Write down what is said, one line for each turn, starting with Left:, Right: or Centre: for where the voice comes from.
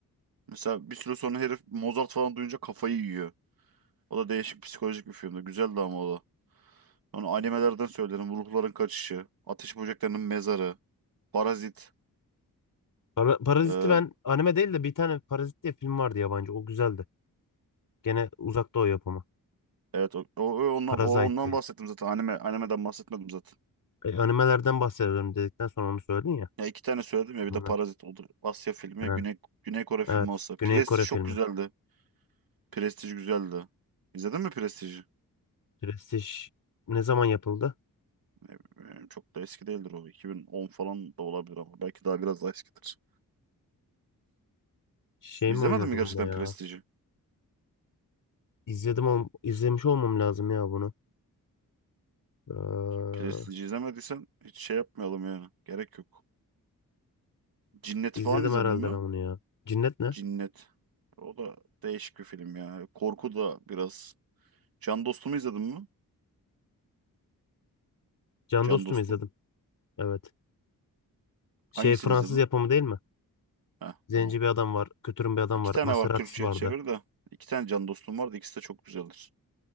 Right: Mesela bir süre sonra herif Mozart falan duyunca kafayı yiyor. O da değişik psikolojik bir filmdi. Güzeldi ama o da. Onu animelerden söylerim. Ruhların Kaçışı, Ateş Böceklerinin Mezarı, Parazit.
Left: Para- Parazit'i
Right: Ee,
Left: ben anime değil de bir tane Parazit diye film vardı yabancı. O güzeldi. Gene Uzak Doğu yapımı.
Right: evet o, o, o ondan,
Left: Parazite
Right: o ondan
Left: diye.
Right: bahsettim zaten. Anime, animeden bahsetmedim zaten.
Left: E, animelerden bahsediyorum dedikten sonra onu söyledin ya.
Right: Ya iki tane söyledim ya
Left: Bunlar.
Right: bir de Parazit olur. Asya filmi
Left: Ha,
Right: ya Güney, Güney Kore filmi
Left: evet.
Right: olsa.
Left: Güney
Right: Prestij
Left: Kore
Right: çok
Left: filmi.
Right: güzeldi. Prestij güzeldi. İzledin mi Prestij'i?
Left: Prestij ne zaman yapıldı?
Right: Ne bileyim, Çok da eski değildir o. 2010 falan da olabilir ama belki daha biraz daha eskidir.
Left: Şey
Right: İzlemedin
Left: mi oynuyordu
Right: mi gerçekten
Left: bunda ya?
Right: Prestij'i?
Left: İzledim ol- izlemiş olmam lazım ya bunu. Ee,
Right: Prestij izlemediysen hiç şey yapmayalım yani. Gerek yok. Cinnet
Left: izledim
Right: falan izledin
Left: herhalde
Right: mi?
Left: ben bunu ya. Cinnet ne?
Right: Cinnet. O da değişik bir film ya. Korku da biraz. Can Dostum'u izledin mi?
Left: Can
Right: Can
Left: Dostum
Right: Dostum.
Left: izledim. Evet. Şey
Right: Hangisini
Left: Fransız
Right: izledin?
Left: yapımı değil mi?
Right: Heh,
Left: Zenci
Right: tamam.
Left: bir adam var. Kötürüm bir adam
Right: İki
Left: var.
Right: tane
Left: Maserati'si
Right: var Vallahi Türkçe'ye
Left: vardı.
Right: çevir de. İki tane Can Dostum var da ikisi de çok güzeldir.